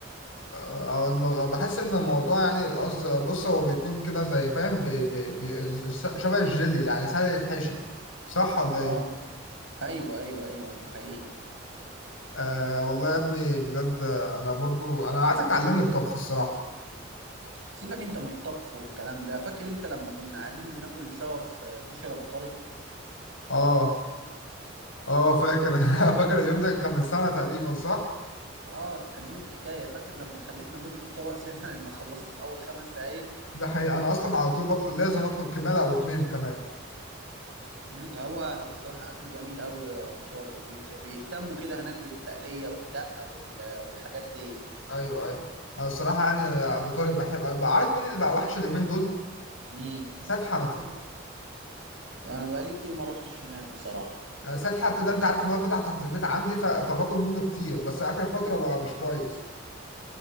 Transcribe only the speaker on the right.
اه ايوه ايوه ايوه حقيقي
سيبك انت من الطبخ والكلام ده فاكر انت لما كنا قاعدين بناكل سوا في كشري ابو طارق
اه كان يوم حكايه فاكر لما خلتنا نطلب طبق زياده لان خلصت في اول خمس دقايق
امم هو بصراحه اكله جميل قوي ابو طارق وبيهتموا كده هناك بالتقليه والدقه وال- والحاجات دي
مين
انا بقالي كتير ما روحتش هناك بصراحه